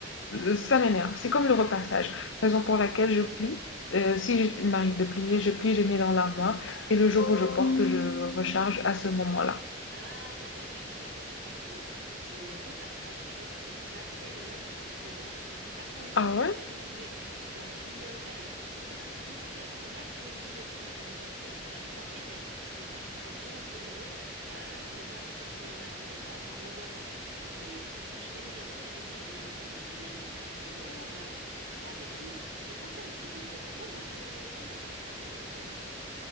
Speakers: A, on the left; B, on the right.
A: euh, ça m'énerve. C'est comme le repassage. Raison pour laquelle je plie. Euh, si je- il m'arrive de plier, je plie, je mets dans l'armoire et le jour où je porte, je recharge à ce moment-là.
B: Ah, bah moi, tu vois, par contre, le repassage, je trouve ça tellement satisfaisant, à condition
A: Ah
B: qu'il
A: ouais?
B: n'y ait pas beaucoup de vêtements. Genre, tu me donnes, allez, 5, 6, 7, maximum 10 vêtements à repasser, j'y prends plaisir. Honnêtement, j'y prends vraiment plaisir, euh, mais pas plus. Quand il y en a trop, ça, ça m'angoisse en fait. Genre, je, je panique un peu, je me dis, je vais jamais réussir, enfin, ça va être trop long, je vais avoir des crampes et tout. Mais quand il y a un petit peu de vêtements, moi, je, j'aime bien, j'y prends plaisir, sérieusement.